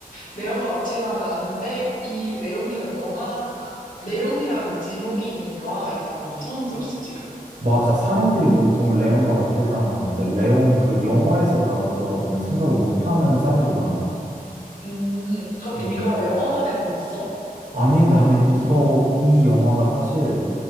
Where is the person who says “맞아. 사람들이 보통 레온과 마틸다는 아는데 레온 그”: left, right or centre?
Right